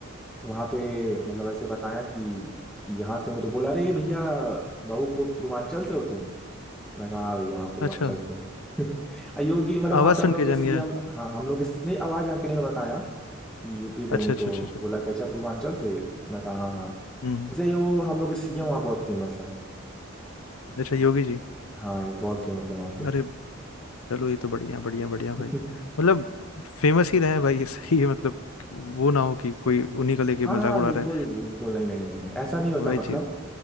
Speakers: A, in the centre; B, on the left (about 80°).
A: वहां पे मतलब ऐसे बताया कि यहाँ से हूँ तो बोला अरे भैया बाबू पू- पूर्वांचल से हो तुम मैं कहा हाँ भैया हाँ पूर्वांचल
B: अच्छा
A: से हूँ <laughs> योगी मतलब वहां
B: आवाज
A: पे
B: सुन
A: हम लोग
B: के
A: के
B: जान
A: सीएम
B: गया
A: हाँ हम लोग के नहीं आवाज जान के नहीं बताया कि यूपी से हूँ
B: अच्छा अच्छा
A: तो
B: अच्छा अच्छा
A: बोला कि अच्छा पूर्वांचल से मैं कहा हाँ हाँ
B: हम्म हम्म।
A: जैसे वो हम लोग के सीएम वहाँ बहुत फेमस है
B: अच्छा योगी जी
A: हाँ ये बहुत फेमस है वहाँ पे
B: अरे चलो ये तो बढ़िया बढ़िया बढ़िया भाई
A: <laughs>
B: मतलब फेमस ही रहे भाई <laughs> सही है मतलब वो ना हो कि कोई उन्हीं को लेके
A: हाँ
B: मजाक
A: हाँ
B: उड़ा
A: बिल्कुल
B: रहा
A: बिल्कुल नहीं नहीं नहीं नहीं ऐसा नहीं होता
B: है वही
A: मतलब
B: चीज